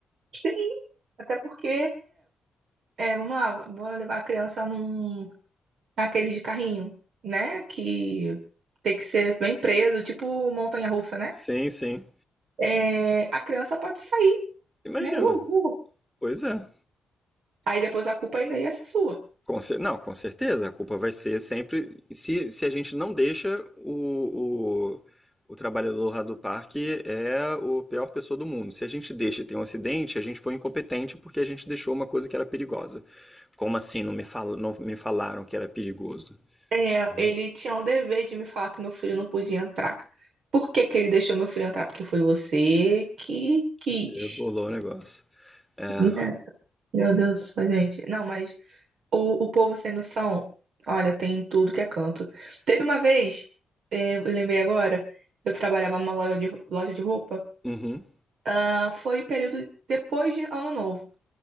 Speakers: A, on the right (about 70°); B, in the centre.
A: Sim, até porque, é, vamos lá, vou levar a criança num aqueles de carrinho, né? Que tem que ser bem preso, tipo montanha-russa, né?
B: Sim, sim.
A: É, a criança pode sair,
B: Imagina.
A: né? Uh, uh.
B: Pois é.
A: Aí depois a culpa ainda ia ser sua.
B: Com cer- não, com certeza, a culpa vai ser sempre. Se, se a gente não deixa o, o, o trabalhador lá do parque é o pior pessoa do mundo. Se a gente deixa e tem um acidente, a gente foi incompetente porque a gente deixou uma coisa que era perigosa. Como assim não me, fal, não me falaram que era perigoso?
A: É,
B: Né?
A: ele tinha o dever de me falar que meu filho não podia entrar. Por que que ele deixou meu filho entrar? Porque foi você que quis.
B: Que bolou o negócio. É.
A: né? Meu Deus do céu, gente. Não, mas o, o povo sem noção, olha, tem em tudo que é canto. Teve uma vez, é, eu lembrei agora, eu trabalhava numa loja de, loja de roupa.
B: Uhum.
A: Ah, foi período depois de Ano Novo.